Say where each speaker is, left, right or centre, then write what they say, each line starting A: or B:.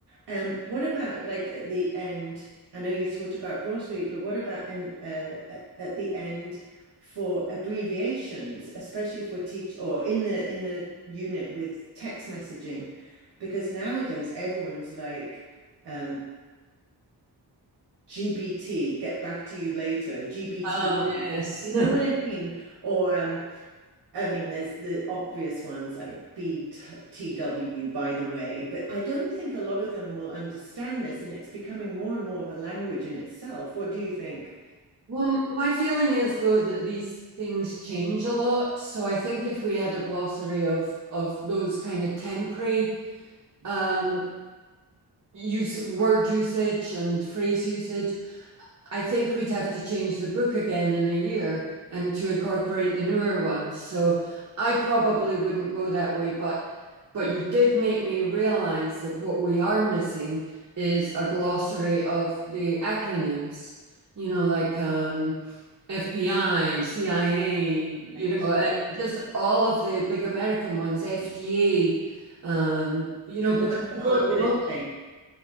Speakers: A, on the right (about 60°); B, on the right (about 45°).
A: Um, what about like at the end? I know you talked about glossary, but what about an uh, at at the end for abbreviations, especially if we're teach or in the in the unit with text messaging, because nowadays everyone's like um, GBT, get back to you later, GBT
B: Oh,
A: one,
B: yes.
A: You
B: <laughs>
A: know what I mean? Or um, I mean, there's the obvious ones like BTW, by the way, but I don't think a lot of them will understand this, and it's becoming more and more of a language in itself. What do you think?
B: Well, my feeling is though that these things change a lot. So I think if we had a glossary of of those kind of temporary um use word usage and phrase usage, I think we'd have to change the book again in a year and to incorporate the newer ones. So I probably wouldn't go that way, but but you did make me realize that what we are missing is a glossary of the acronyms, you know, like um, FBI, CIA, you
A: Like,
B: know, uh, just all of the big American ones, FDA, um, you know, because
A: the ones that
B: we
A: aren't
B: don't
A: going
B: know.
A: to change,